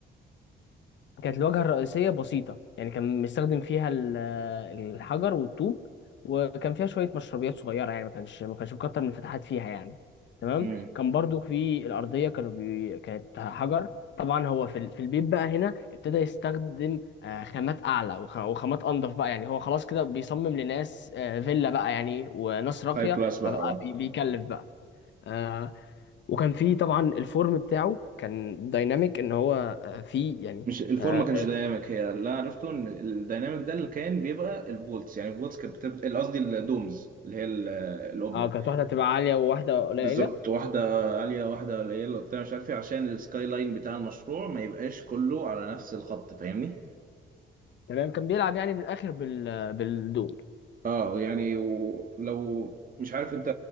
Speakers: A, on the left; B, on the right.
A: كانت الواجهة الرئيسية بسيطة يعني كان مستخدم فيها ال- الحجر والطوب وكان فيها شوية مشربيات صغيرة يعني ما كانش ما كانش مكتر من الفتحات فيها يعني تمام
B: امم
A: كان برضو في الأرضية كانوا بي... كانت حجر طبعا هو في ال... في البيت بقى هنا ابتدى يستخدم آه، خامات أعلى وخ... وخامات أنضف بقى يعني هو خلاص كده بيصمم لناس آه، فيلا بقى يعني وناس راقية
B: هاي كلاس بقى
A: فبقى
B: آه.
A: بي... بيكلف بقى آه، وكان في طبعا الفورم بتاعه كان دايناميك ان هو آه، فيه يعني
B: مش الفورم
A: آه،
B: ما كانش دايناميك هي اللي انا عرفته ان الدايناميك ده اللي كان بيبقى الفولتس يعني الفولتس كانت بتبقى قصدي الدومز اللي هي ال- القبه
A: اه كانت واحده بتبقى عاليه وواحده قليله
B: بالظبط واحدة عالية واحدة قليلة وبتاع مش عارف ايه عشان السكاي لاين بتاع المشروع ما يبقاش كله على نفس الخط فاهمني؟
A: تمام كان بيلعب يعني من الاخر بال بالدول
B: اه يعني ولو مش عارف انت